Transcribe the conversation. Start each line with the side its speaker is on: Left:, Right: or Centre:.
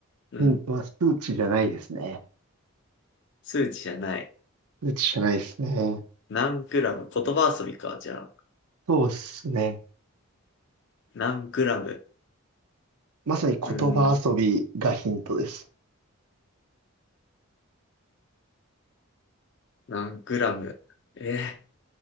Left: うん。
Right: ヒントは数値じゃないですね。
Left: 数値じゃない。
Right: 数値じゃないですね。
Left: 何グラム。言葉遊びか、じゃあ。
Right: そうですね。
Left: 何グラム。
Right: まさに言葉遊びがヒントです。
Left: うん、何グラム。えー、